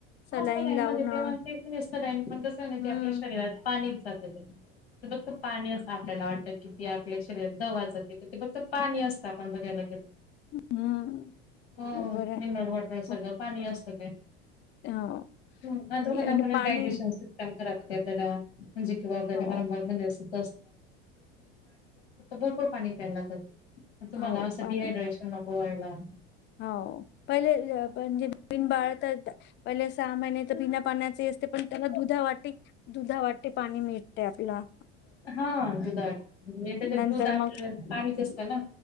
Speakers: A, on the left; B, on the left.
A: सलाईन
B: हा असतं काई
A: लावणं
B: मध्ये त तेव्हा अं ते काही नाही
A: हम्म
B: ते आपल्या शरीरात पाणीच जातं ते. ते फक्त पाणी.... आपल्याला वाटत कि ती आपल्या शरीरात दवा जाते ते फक्त पाणी असतं आपण बघायला
A: हम्म
B: हो
A: बरोबर आहे
B: मिनरल वॉटर सारखं
A: हो
B: पाणी असतं ते...
A: हो.
B: ह् आताघ
A: आणि
B: ना
A: आणि
B: आपण
A: पाणी
B: डायजेशन सिस्टम आपल्याला म्हणजे किंवा आपल्याला
A: हो
B: वारंवार म्हणजे असत. भरपर पाणी प्यायला लागत. तुम्हाला
A: हो
B: असं
A: पाणी
B: डिायड्रेश होय बा....
A: हो पहिले अ, म्हणजे नवीन बाळ तर पहिले सहा महिने तर बिना पाण्याचे असते, पण त्यांना दुधा वाटी दुधावाटे पाणी मिळतय आपलं...
B: हा दुधा तू म्हणजे त्या दूध
A: नंतर
B: आपल्या
A: मग
B: पाणीच असतं ना?